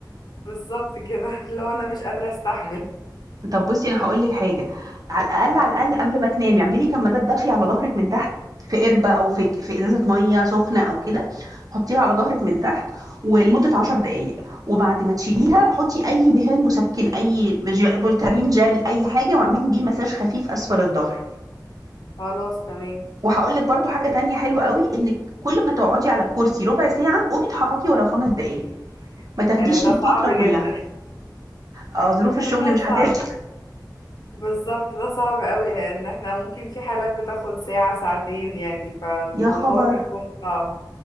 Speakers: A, on the left; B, on the right.
A: بالظبط كده لو انا مش قادرة استحمل
B: طب بُصّي أنا هاقول لِك حاجة، على الأقل،
A: تمام.
B: على الأقل قبل ما تنامي اعملي كمادات دافية على ضهرِك من تحت، في قِربة أو في ك في إزازة مَيّة سخنة أو كده، حطّيها على ضهرِك من تحت ولمدة 10 دقايق، وبعد ما تشيليها حطّي أي دهان مسكِّن، أي ج فولتارين جل، أي حاجة واعملي بيه مساج خفيف أسفل الضهر.
A: خلاص تمام
B: وهاقول لِك برضه حاجة تانية حلوة أوي، إنِّك كل ما تقعدي على الكرسي ربع ساعة قومي اتحرّكي ولو 5 دقايق، ما تاخديش
A: آه، ده
B: الفترة
A: صعب
B: كلّها.
A: جدا
B: آه، ظروف
A: <laughs> ده
B: الشغل مش هتسمح،
A: صعب بالظبط ده صعب قوي لان احنا ممكن في حالات بتاخد ساعة ساعتين يعني فالموضوع
B: يا خبر!
A: بيكون صعب